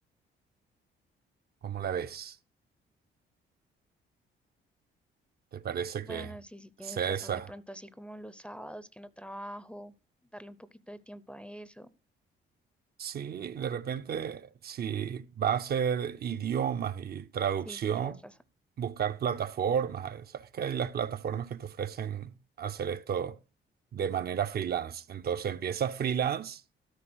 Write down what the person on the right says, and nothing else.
¿Cómo la ves? ¿Te parece
que
sea
esa?
Sí, de repente, si va a ser idiomas y traducción,
buscar plataformas. eh, Sabes que hay las plataformas que te ofrecen hacer esto de manera freelance. Entonces empieza freelance,